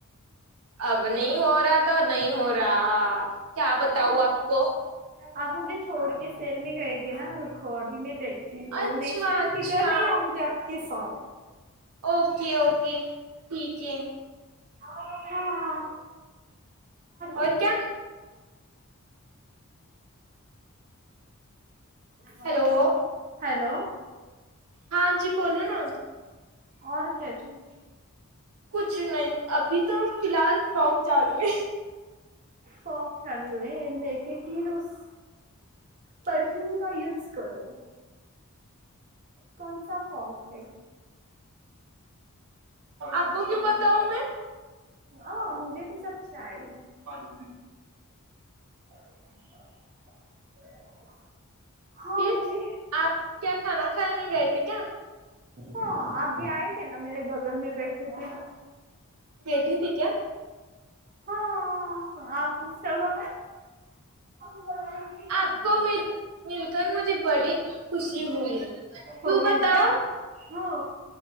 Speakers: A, on the right; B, on the right.
A: अब नाही हो रहा त नाही हो रहा क्या बताऊ
B: हाँ
A: आपको.
B: आप मुजे छोड के शेल मे गय तेे ना रुखो अभी मी दे. हो
A: अच्छा
B: नेक्स्ट टाइम
A: अच्छा
B: किधर नाही आउगी आपक सा-
A: ओके ओके ठीक आहे.
B: हा.
A: और
B: काययचयचयच
A: क्या
B: हा.
A: Hello
B: hello!
A: हां जी बोोलो ना.
B: और कयची.
A: कुछ नाही अभी त फिलहल फ्रॉक चालू आहे.
B: फोप चालू आहे लक कि रुस. परफ्यूम का यूज करो. कोणसा फॉर्म आहे.
A: आपको क्यू बताव म.
B: अ मुजे त स्छा आहे
A: ह <inaudible>
B: <unintelligible> ह
A: फिर
B: जी
A: आप क खा खाने गयथे क
B: हा अ भी आय क ना मेे बगल मे बैठे ते
A: बेटी थी क्या....
B: हा आप... कवापासून बोलवायला ये की....
A: आपको मिल मिलकर मुझे बडी खुशी हुंई है क्यू
B: होई
A: बताऊ....
B: क्या हो.